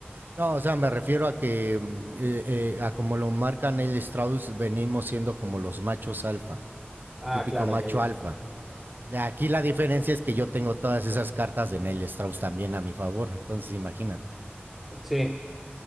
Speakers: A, on the right (about 50°); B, in the centre.
A: no, o sea, me refiero a que, mm, eh eh, a como lo marca Neil Strauss, venimos siendo como los machos alfa.
B: Ah,
A: el típico
B: claro,
A: macho
B: ya, ya, ya.
A: alfa. Aquí la diferencia es que yo tengo todas esas cartas de Neil Strauss también a mi favor, entonces imagínate.
B: Sí.